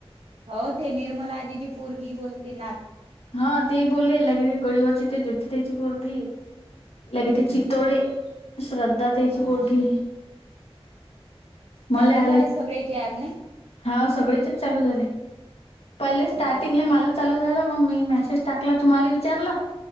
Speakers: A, on the right (about 75°); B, on the left (about 70°).
A: हो ते निर्मल आजीची पोरगी बोलते नात.
B: ह ते बोले लागे ते गळीवरची ते ज्योती त्याची पोरगी. लगे
A: हम्म
B: ते चित्तोडे श्रद्धा त्याची
A: हा
B: पोरगी. मले
A: चालू
B: आलं,
A: झाले सगळ्याचे ऍप
B: हा सगळ्याचेच चालू झाले. पहिले
A: नाही
B: स्टार्टिंगला
A: बरं
B: मला चालू झालं मग मी मेसेज टाकला तुम्हाला विचारलं.